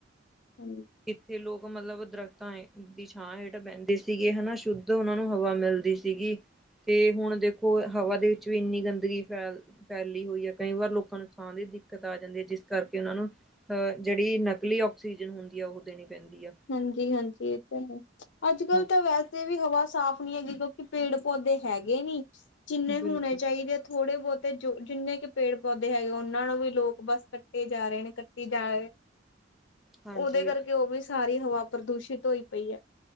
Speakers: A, on the left; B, in the centre.
A: ਹਾਂਜੀ
B: ਕਿੱਥੇ ਲੋਕ ਮਤਲਬ ਦਰਖਤਾਂ ਦੀ ਛਾਂ ਹੇਠ ਬਹਿੰਦੇ ਸੀਗੇ ਹਨਾ ਸ਼ੁੱਧ ਉਹਨਾਂ ਨੂੰ ਹਵਾ ਮਿਲਦੀ ਸੀ। ਸੀਗੀ ਤੇ ਹੁਣ ਦੇਖੋ ਹਵਾ ਦੇ ਵਿੱਚ ਵੀ ਇੰਨੀ ਗੰਦਗੀ ਫੈਲ ਫੈਲੀ ਹੋਈ ਹੈ ਕਈ ਵਾਰ ਲੋਕਾਂ ਨੂੰ ਸਾਹ ਦੀ ਦਿੱਕਤ ਆ ਜਾਂਦੀ ਹੈ। ਜਿਸ ਕਰਕੇ ਉਹਨਾਂ ਨੂੰ ਅਹ ਜਿਹੜੀ ਨਕਲੀ ਆਕਸੀਜਨ ਹੁੰਦੀ ਆ ਉਹ ਦੇਣੀ ਪੈਂਦੀ ਆ।
A: ਹਾਂਜੀ ਹਾਂਜੀ ਇਹ ਤਾਂ ਹੈ ਅੱਜ ਕੱਲ੍ਹ
B: ਹਾਂ
A: ਤਾਂ ਵੈਸੇ ਵੀ ਹਵਾ ਸਾਫ਼ ਨਹੀਂ ਹੈਗੀ ਕਿਉਂਕਿ ਪੇੜ ਪੌਦੇ ਹੈਗੇ ਨੀ ਜਿੰਨੇ
B: ਬਿਲਕੁਲ
A: ਹੋਣੇ ਚਾਹੀਦੇ ਥੋੜੇ ਬਹੁਤੇ ਜੋ ਜਿੰਨੇ ਕਿ ਪੇੜ ਪੌਦੇ ਹੈਗੇ ਉਹਨਾਂ ਨੂੰ ਵੀ ਲੋਕ ਬਸ ਕੱਟੇ ਜਾ ਰਹੇ ਨੇ ਕੱਟੀ ਜਾ ਰਹੇ। ਉਹਦੇ
B: ਹਾਂਜੀ
A: ਕਰਕੇ
B: ਇਹ ਤਾਂ
A: ਉਹ ਵੀ ਸਾਰੀ ਹਵਾ ਪ੍ਰਦੂਸ਼ਿਤ ਹੋਈ ਪਈ ਹੈ।